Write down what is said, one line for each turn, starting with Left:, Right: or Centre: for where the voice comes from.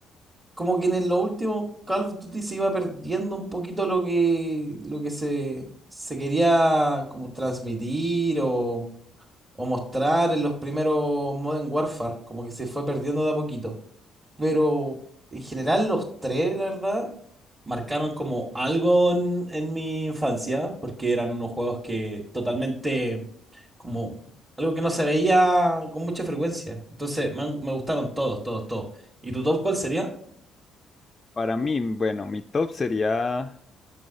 Right: como que en los últimos Call of Duty se iba perdiendo un poquito lo que, lo que se, se quería como transmitir o, o mostrar en los primeros Modern Warfare. Como que se fue perdiendo de a poquito. pero en general los tres, la verdad, marcaron como algo en, en mi infancia, porque eran unos juegos que totalmente, como algo que no se veía con mucha frecuencia. Entonces me, han- me gustaron todos, todos, todos. ¿Y tu top cuál sería?
Left: Para mí, bueno, mi top sería